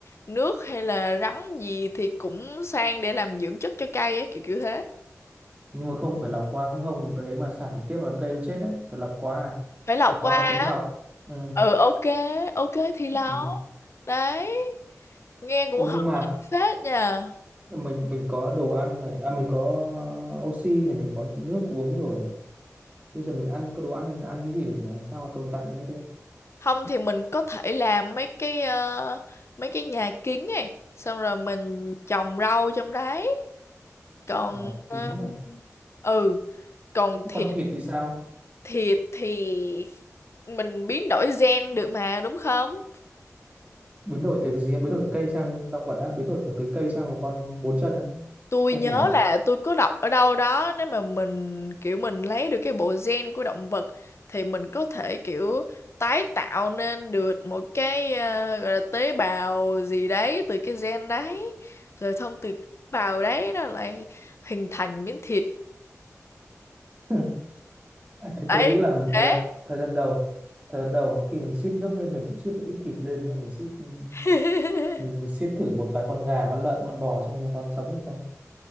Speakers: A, on the left; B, on the right.
A: nước hay là rắn gì thì cũng sang để làm dưỡng chất cho cây á kiểu kiểu thế
B: nhưng mà không phải lọc qua không không cái đấy mà xả trực tiếp vào cây nó chết đấy phải lọc qua à?
A: phải lọc
B: phải qua
A: qua
B: hệ
A: á
B: thống lọc ừ,
A: ừ ok ok thì lọc
B: ừ.
A: đấy nghe cũng
B: Ô
A: hợp
B: nhưng mà
A: lý phết nha
B: mình mình có đồ ăn này à mình có oxy này mình có nước uống rồi này bây giờ mình ăn có đồ ăn ăn cái gì được nhỉ làm sao mà tồn tại ở đây được
A: không thì mình có thể làm mấy cái ờ, mấy cái nhà kính này xong rồi mình trồng rau trong đấy còn
B: nhà kính
A: ờ,
B: à.
A: ừ còn
B: Thế
A: thịt
B: con thịt thì sao?
A: thịt thì mình biến đổi gen được mà đúng không
B: Biến đổi từ cái gì? Biến đổi từ cây sang động vật á? Biến đổi từ cái cây sang một con bốn chân á?
A: Tôi
B: Hay
A: nhớ
B: như nào?
A: là tôi có đọc ở đâu đó nếu mà mình kiểu mình lấy được cái bộ gen của động vật thì mình có thể kiểu tái tạo nên được một cái ờ, gọi là tế bào gì đấy từ cái gen đấy rồi thông từ cái tế bào đấy nó lại hình thành miếng thịt
B: Ừ. <laughs> À, Thì
A: ấy
B: tôi nghĩ là một thời
A: thế
B: gian thời gian đầu thời gian đầu một khi mình ship nước lên mình cũng ship một ít thịt lên là mình ship mình
A: <laughs>
B: mình ship thử một vài con gà con lợn con bò xem nó còn sống được không